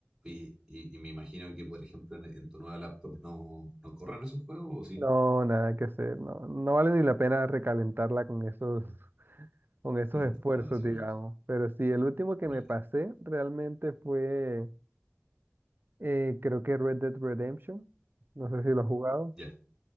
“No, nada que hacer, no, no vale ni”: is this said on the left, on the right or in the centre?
Right